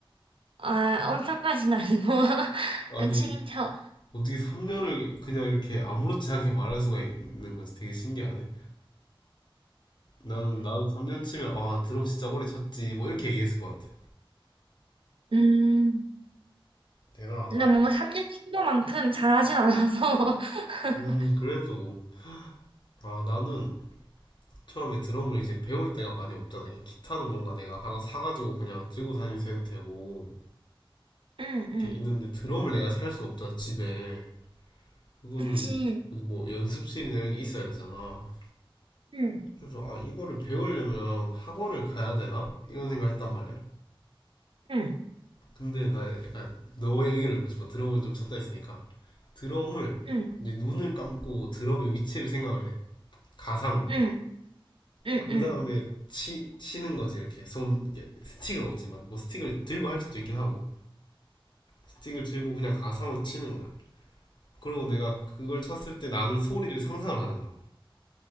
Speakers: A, on the right; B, on the left.
A: 아, 엄청까지는 아니고. <laughs>
B: 아니
A: 그냥 치긴 쳐.
B: 어떻게 3년을 그냥 이렇게 아무렇지 않게 말할 수가 있는 거지? 되게 신기하네. 나는 나는 3년 치면 아 드럼 진짜 오래 쳤지 뭐 이렇게 얘기했을 것 같아.
A: 음,
B: 대단하다.
A: 근데 뭔가 3년 친도만큼 잘하진 않아서. <laughs>
B: 음 그래도 아 나는 처음에 드럼을 이제 배울 때가 많이 없잖아. 이게 기타는 뭔가 내가 하나 사가지고 그냥 들고 다니면서 해도 되고
A: 응, 응.
B: 이렇게 있는데 드럼을 내가 살 수는 없잖아, 집에. 그거는
A: 그치.
B: 뭐 연습실이나 이런 게 있어야 되잖아.
A: 응,
B: 그래서 아, 이거를 배우려면 학원을 가야 되나? 이런 생각을 했단 말이야.
A: 응,
B: 근데 나 약간 너의 의견을 듣고 싶어. 드럼을 좀 쳤다 했으니까. 드럼을
A: 응,
B: 이제 눈을 감고 드럼의 위치를 생각을 해. 가상으로.
A: 응, 응,
B: 그
A: 응.
B: 다음에 치, 치는 거지, 이렇게. 손, 이게 스틱은 없지만, 뭐 스틱을 들고 할 수도 있긴 하고, 스틱을 들고 그냥 가상으로 치는 거야. 그리고 내가 그걸 쳤을 때 나는 소리를 상상을 하는 거야.